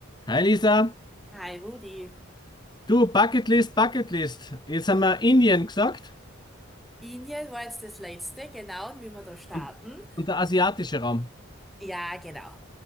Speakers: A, on the left; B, in the centre.
A: Hi Lisa,
B: Hi Rudi.
A: du Bucketlist, Bucketlist. Jetzt haben wir Indien gesagt
B: Indien war jetzt das letzte, genau, und wie wir da starten.
A: und, und der asiatische Raum.
B: Ja, genau,